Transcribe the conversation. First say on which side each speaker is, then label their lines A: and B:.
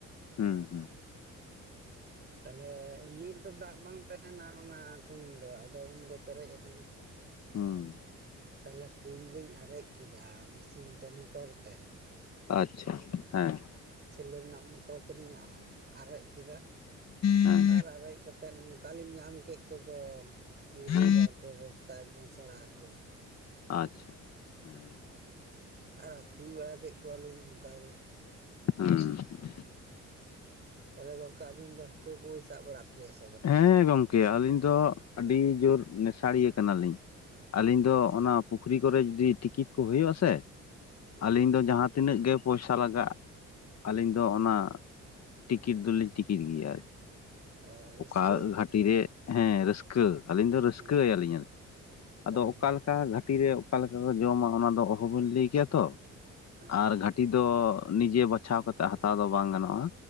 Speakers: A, on the left (about 60°); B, on the right (about 35°).
A: ᱦᱩᱸ ᱦᱩᱸ
B: ᱛᱟᱦᱚᱞᱮ ᱮᱢᱱᱤ ᱨᱮᱫᱚ ᱫᱟᱜ ᱵᱟᱝ ᱛᱟᱦᱮᱱᱟ ᱚᱱᱟ ᱠᱩᱧ ᱫᱚ ᱟᱫᱚ ᱩᱱᱫᱚ ᱯᱮᱨᱮᱡ ᱟᱠᱟᱱᱟ᱾
A: ᱦᱩᱸ
B: ᱛᱟᱦᱚᱞᱮ ᱠᱩᱧ ᱞᱤᱧ ᱟᱨᱮᱡ ᱠᱮᱫᱟ ᱢᱮᱥᱤᱱ ᱛᱮ ᱢᱚᱴᱚᱨ ᱛᱮ᱾
A: ᱟᱪᱪᱷᱟ ᱦᱮᱸ,
B: ᱥᱮᱞᱚᱨ ᱨᱮᱱᱟᱜ ᱢᱚᱴᱚᱨ ᱛᱮᱞᱤᱧ ᱟᱨᱮᱡ ᱠᱮᱫᱟ᱾
A: ᱦᱮᱸ
B: ᱟᱨ ᱟᱨᱮᱡ ᱠᱟᱛᱮ ᱱᱚᱝᱠᱟ ᱞᱤᱧ ᱧᱟᱢ ᱠᱮᱫ ᱠᱚᱫᱚ, ᱯᱩᱨᱟᱹ
A: ᱦᱮᱸ
B: ᱵᱟᱨ ᱯᱮ ᱵᱚᱥᱛᱟ ᱮᱠᱫᱚᱢ ᱥᱮᱲᱟ ᱦᱟ. ᱠᱩ᱾
A: ᱟᱪᱷᱟ ᱦᱮᱸ
B: ᱟᱨ ᱟᱠᱷᱨᱤᱧ ᱵᱟᱲᱟ ᱠᱮᱫ ᱠᱚᱣᱟᱞᱤᱧ ᱚᱱᱠᱟ ᱜᱮ᱾
A: ᱦᱩᱸ
B: ᱛᱟᱦᱚᱞᱮ ᱜᱚᱝᱠᱮ ᱟᱵᱤᱱ ᱫᱚ ᱦᱟᱹᱠᱩ ᱠᱚᱵᱤᱱ ᱥᱟᱵ ᱵᱟᱲᱟ ᱠᱚᱜᱮᱭᱟ ᱥᱮ ᱵᱟᱝ?
A: ᱦᱮᱸ ᱜᱚᱝᱠᱮ ᱟᱹᱞᱤᱧ ᱫᱚ ᱟᱹᱰᱤ ᱡᱩᱨ ᱱᱮᱥᱟᱲᱤᱭᱟᱹ ᱠᱟᱱᱟᱞᱤᱧ ᱟᱞᱤᱧ ᱫᱚ
B: ᱟᱪᱪᱷᱟ
A: ᱚᱱᱟ ᱯᱩᱠᱷᱨᱤ ᱠᱚᱨᱮ ᱡᱩᱫᱤ ᱴᱤᱠᱤᱴ ᱠᱚ ᱦᱩᱭᱩᱜᱼᱟ ᱥᱮ
B: ᱦᱮᱸ
A: ᱟᱞᱤᱧ ᱫᱚ ᱡᱟᱦᱟᱸ ᱛᱤᱱᱟᱹᱜ ᱜᱮ ᱯᱚᱭᱥᱟ ᱞᱟᱜᱟᱜ ᱟᱹᱞᱤᱧ ᱫᱚ ᱚᱱᱟ ᱴᱤᱠᱤᱴ ᱫᱚᱞᱤᱧ ᱴᱤᱠᱤᱴ ᱜᱮᱭᱟ᱾
B: <unintelligible>
A: ᱜᱷᱟᱴᱤ ᱨᱮ ᱦᱮᱸ ᱨᱟᱹᱥᱠᱟᱹ ᱟᱹᱞᱤᱧ ᱫᱚ ᱨᱟᱹᱥᱠᱟᱹᱭᱟᱞᱤᱧᱟᱹ᱾
B: ᱦᱮᱸ
A: ᱟᱫᱚ
B: ᱦᱳᱭ
A: ᱚᱠᱟᱞᱮᱠᱟ
B: ᱦᱳᱭ ᱦᱳᱭ
A: ᱜᱷᱟᱴᱤᱨ ᱨᱮ ᱚᱠᱟᱮᱠᱟ ᱠᱚ ᱡᱚᱢᱟ ᱚᱱᱟ ᱫᱚ ᱚᱦᱚᱵᱤᱱ ᱞᱟᱹᱭ ᱠᱮᱭᱟ ᱛᱚ᱾
B: ᱦᱮᱸ
A: ᱟᱨ ᱜᱷᱟᱟᱹᱴᱤ ᱫᱚ ᱱᱤᱡᱮ ᱵᱟᱪᱷᱟᱣ ᱠᱟᱛᱮᱫ ᱦᱟᱛᱟᱣ ᱫᱚ ᱵᱟᱝ ᱜᱟᱱᱚᱜᱼᱟ᱾